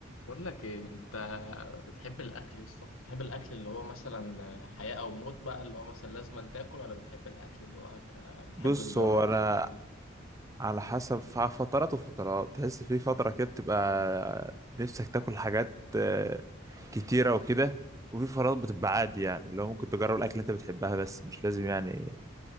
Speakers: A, on the left; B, on the right.
A: بقول لك ايه انت بتحب الاكل لسه بتحب الاكل اللي هو مثلا حياة او موت بقى اللي هو مثلا لازم أن تاكل ولا بتحب الاكل اللي هو ك... بتحب
B: بص
A: تجرب
B: هو انا
A: اكل وكده
B: على حسب ف- فترات وفترات تحس في فتره كده بتبقى نفسك تاكل حاجات آه، كتيره وكده وفي فترات بتبقى عادي يعني اللي هو ممكن تجرب الاكل اللي انت بتحبها بس مش لازم يعني